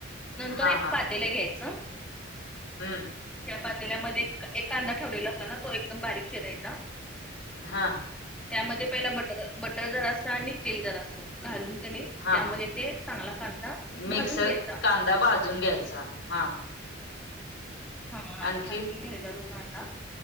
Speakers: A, in the centre; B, on the left.
A: नंतर
B: हां,
A: एक पातेले घ्यायचं
B: हम्म.
A: त्या पातेल्यामध्ये एक कांदा ठेवलेला असत ना तो एकदम बारीक चिरायचा.
B: हा.
A: त्यामध्ये पहिला बटर बटर जरासं आणि तेल जरासं घालून का नाही
B: हां,
A: त्यामध्ये
B: हां
A: ते चांगला कांदा भाजून
B: मिक्सर
A: घ्यायचं
B: कांदा भाजून घ्यायचा हा.
A: हा
B: आणखी?
A: भाजून घ्यायचा तो कांदा,